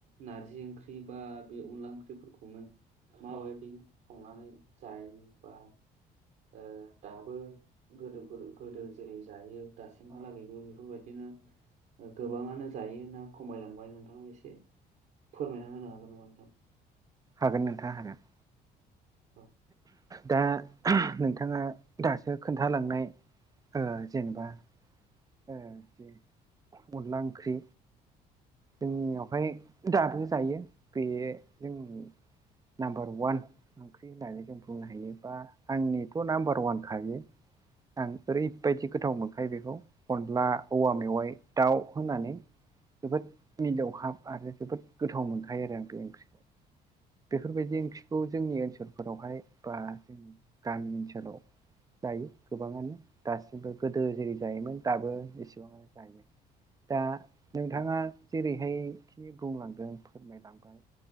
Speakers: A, on the right; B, on the right.
A: नारजि ओंख्रि बा बे अनला ओंख्रि फोरखौनो माबायदि
B: औ
A: संनानै जायो बा ओ दाबो गोदो गोदो जेरै जायो दासिममालागैबो
B: औ
A: बेफोरबायदि बिदिनो गोबाङानो जायो ना खमायलांबाय नोंथाङा एसे फोरमायना होनो हागोन नामा नोंथां
B: हागोन नोंथाङा हागोन
A: औ
B: दा नोंथाङा दासो खोन्थ खोनथालांनाय ओ जेनेबा जे अनला ओंख्रि
A: औ
B: जोंनियाव महाय दाबो जायो बे जोंनि नाम्बार वान ओंख्रि होननानै जों बुंनो हायो बा आंनिथ' नाम्बार ववान खायो आं ओरैबायदि गोथाव
A: औ
B: मोनखायो बेखौ अनला औवा
A: औ
B: मेवाइ दाउ होनानै जोबोद मिलोवहाब आरो जोबोद गोथाव मोनखायो आरो आं बे ओंख्रिखौ बेफोरबायदि
A: औ
B: ओंख्रि खौ जोंनि ओनसोलफोरावहाय बा जोंनि गामि ओनसोलाव जायो गोबाङानो दासिमबो गोदो जेरै जायोमोन दाबो इसेबाङानो जायो दा नोंथाङा
A: औ
B: जेरैहायखिनि बुंलांदों फोरमायलांबाय